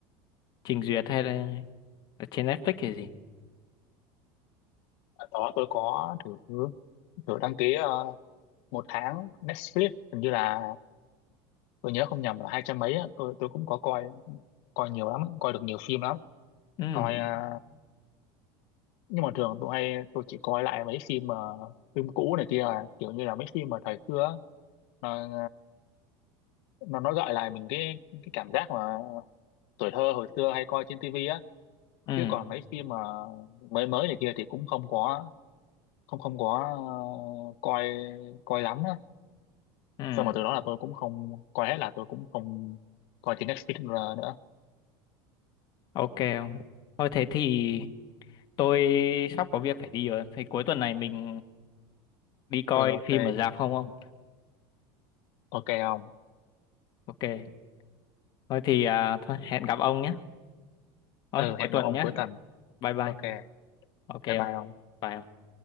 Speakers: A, on the left (about 35°); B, on the left (about 55°).
A: trình duyệt hay là ở trên Netflix hay gì
B: Ở đó tôi có thử thử đăng ký ờ, một tháng Netflix hình như là tôi nhớ không nhầm là hai trăm mấy á. tôi tôi cũng có coi coi nhiều lắm coi được nhiều phim lắm
A: ừ
B: coi ờ, nhưng mà thường tôi hay tôi chỉ coi lại mấy phim mà phim cũ này kia à, kiểu như là mấy phim mà thời xưa á. nó ờ, nó nó gợi lại mình cái cái cảm giác mà tuổi thơ hồi xưa hay coi trên tivi á.
A: ừ
B: chứ còn mấy phim mà mới mới này kia thì cũng không có không không có ờ, coi coi lắm á
A: ừ
B: xong mà từ đó là tôi cũng không coi hết là tôi cũng không coi trên Netflix nữa
A: ok ông. thôi thế thì tôi sắp có việc phải đi rồi thì cuối tuần này mình đi coi
B: ừ ok
A: phim ở rạp không ông
B: ok ông
A: ok thôi thì à, thôi, hẹn gặp ông nhé thôi
B: ừ
A: cuối
B: hẹn
A: tuần
B: gặp ông
A: nhé
B: cuối tuần
A: bye bye
B: ok
A: ok
B: bye bye
A: không
B: ông
A: phải không?